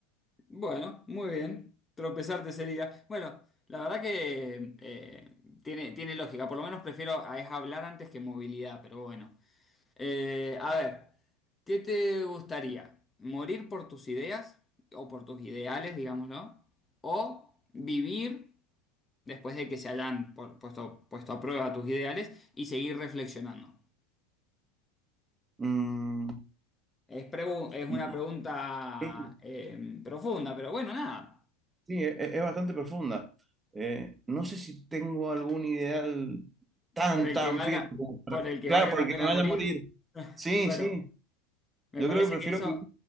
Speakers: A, on the left (about 20°); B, on the right (about 20°).
A: Bueno, muy bien. Tropezarte sería. Bueno, la verdad que eh, tiene, tiene lógica. Por lo menos prefiero a es hablar antes que movilidad, pero bueno. Eh, a ver, ¿qué te gustaría? ¿Morir por tus ideas o por tus ideales, digámoslo? ¿O vivir después de que se hayan por- puesto, puesto a prueba tus ideales y seguir reflexionando?
B: Mm,
A: Es, pregu- es
B: no
A: una pregunta
B: sé,
A: eh, profunda, pero bueno, nada.
B: Sí, e- e- es, bastante profunda. Eh, no sé si tengo algún ideal tan,
A: Por el
B: tan
A: que valga,
B: firme como para-
A: por el que
B: Claro,
A: valga
B: porque
A: la pena
B: me vaya
A: morir,
B: a morir. Sí,
A: bueno.
B: sí,
A: Me
B: yo
A: parece
B: creo que prefiero
A: que eso,
B: vivir.